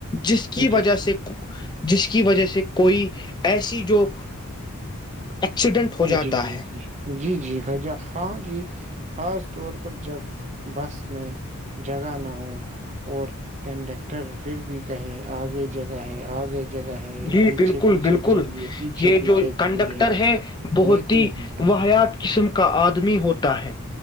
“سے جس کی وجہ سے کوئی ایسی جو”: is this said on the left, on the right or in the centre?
Left